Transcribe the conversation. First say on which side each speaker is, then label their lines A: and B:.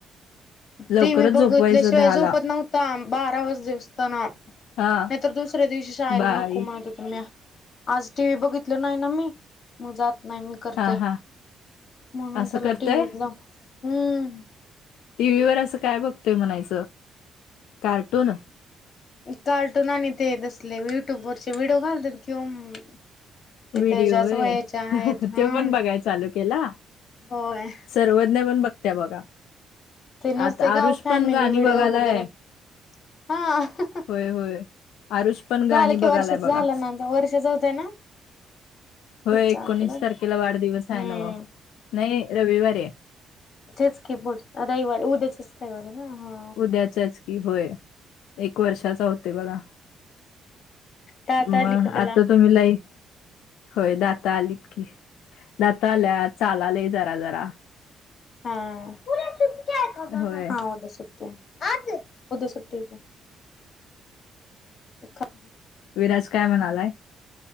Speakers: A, on the left; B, on the left.
A: लवकरच
B: टि व्ही बघितल्याशिवाय
A: झोपवायचं दहाला
B: झोपत ना- बारा वाजले असताना. नाहीतर
A: हा
B: दुसऱ्या दिवशी शाळेला
A: बाय
B: नको म्हणत हो- आज टी व्ही बघितल नाही ना मी? मग जात नाही मी. करतोय.
A: हां, हां.
B: म्हणून
A: असं
B: त्याला
A: करतंय?
B: <unintelligible> हम्म.
A: टीव्ही वर असं काय बघतोय म्हणायचं? कार्टून?
B: कार्टून आणि तेे तसले युट्युब वरचे व्हिडिओ घालतात किंवा-
A: व्हिडिओ
B: ते त्याच्याच
A: व्हय.
B: वयाच्या आहेत हा
A: तो पण बघाय चालू केला?
B: होय
A: सर्व- नवीन बघत्या बघा.
B: ते नसते
A: आता
B: का
A: आरुष
B: फॅमिली
A: पण गाणी
B: व्हिडिओ
A: बघायलाय.
B: वगैरे हा.
A: होय होय. आरुष पण गाणि
B: झालं की
A: बघायलाय
B: वर्षाच झालं
A: बघा.
B: ना आता वर्षाच होतय ना
A: हो.
B: पुढच्या
A: एकोणीस
B: आठवड्यात
A: तारखेला वाढदिवस आहे
B: हम्म
A: नव्ह. नाही रविवारए.
B: तेचकी पुढ रविवारी उद्याचेच रविवारी ना हा
A: त्या्याच्याच की होय एक वर्षाचा होतो बघा
B: ताता
A: मग
B: आली का त्याला
A: आता त मी लाई होय दात आलीत की दात आल्यात चाललाय जरा जरा
B: हा उद्या सुट्टी का ग
A: होय.
B: हा उद्या सुट्टी आहे आजच उद्या सुट्टी तुला <unintelligible> की.
A: विराज काय म्हणालाय <inaudible>